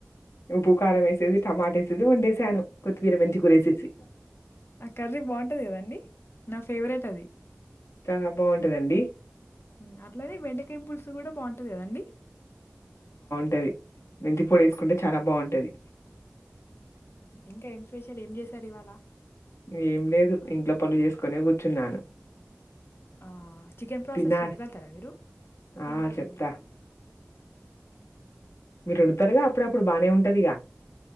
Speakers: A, on the left; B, on the left.
A: ఉప్పు కారం వేసేది టమాట వేసేసి వండేసాను కొత్తిమీర మెంతికూర వేసేసి
B: ఆ కర్రీ బాగుంటది కదండి నా ఫేవరెట్ అది
A: చాలా బాగుంటదండి
B: హ్మ్ అట్లానేే బెండకాయ పులుసు కూడా బాగుంటది కదండి
A: టది మేంతి పూడి వేసుకుంటే చానా బాగుంటది
B: ఇంకా ఏం స్పెషల్ ఏం చేసారు ఇవాళ
A: ఏం లేదు ఇంట్లో పనులు చేసుకోనే కూర్చున్నాను
B: ఆ చికెన్ ప్రాసెస్
A: తిన్నారా
B: చెప్పగలుగుతారా మీరు చికెన్
A: ఆ
B: కరీది
A: చెప్తా మీరు వండుతారుగా అప్పుడు అప్పుడు బానే ఉంటది ఇగా